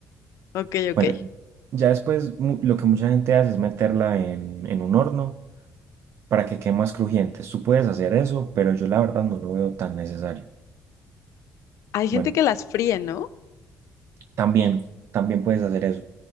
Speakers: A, on the left; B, on the right.
A: ok, ok.
B: Bueno, ya después mu- lo que mucha gente hace es meterla en, en un horno para que quede más crujiente. Tú puedes hacer eso, pero yo la verdad no lo veo tan necesario.
A: Hay gente
B: Bueno.
A: que las fríe, ¿no?
B: También, también puedes hacer eso.